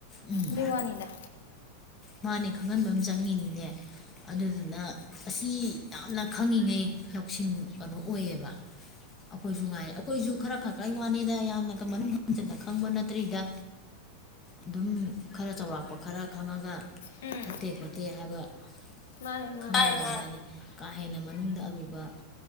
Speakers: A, on the left; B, on the left.
A: ꯎꯝ
B: ꯑꯗꯨꯏ ꯋꯥꯅꯤꯗ
A: ꯃꯥꯅꯦ ꯈꯪꯍꯟꯕ ꯑꯃ ꯆꯪꯉꯤꯅꯤꯅꯦ ꯑꯗꯨꯗꯨꯅ ꯑꯁꯤ ꯌꯥꯝꯅ ꯈꯪꯉꯤꯉꯩ ꯂꯧꯁꯤꯡ ꯀꯩꯅꯣ ꯑꯣꯏꯌꯦꯕ ꯑꯩꯈꯣꯏꯁꯨ ꯉꯥꯏ ꯑꯩꯈꯣꯏꯁꯨ ꯈꯔ ꯈꯛ ꯀꯩ ꯋꯥꯅꯤꯗ ꯌꯥꯝꯅꯒ ꯃꯅꯨꯡ ꯍꯟꯖꯤꯟꯅ ꯈꯪꯕ ꯅꯠꯇ꯭ꯔꯤꯗ ꯑꯗꯨꯝ ꯈꯔ ꯆꯥꯎꯔꯥꯛꯄ ꯈꯔ ꯈꯪꯉꯒ
B: ꯎꯝ
A: ꯐꯠꯇꯦ ꯈꯣꯠꯇꯦ ꯍꯥꯏꯕ <unintelligible>
B: ꯃꯥꯅꯦ ꯃꯥꯅꯦ
A: ꯥ ꯍꯦꯟꯅ ꯃꯅꯨꯡꯗ ꯑꯔꯨꯕ